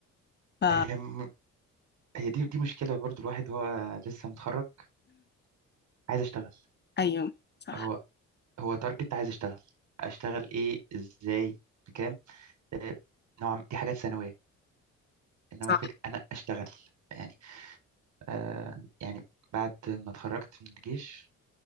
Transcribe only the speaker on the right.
هي م- هي دي دي مشكلة برضو الواحد هو لسه متخرج عايز اشتغل
هو هو تارجت عايز اشتغل اشتغل ايه ازاي بكام آه، نوعا دي حاجات ثانوية انما
الفكره انا اشتغل يعني آه يعني بعد ما اتخرجت من الجيش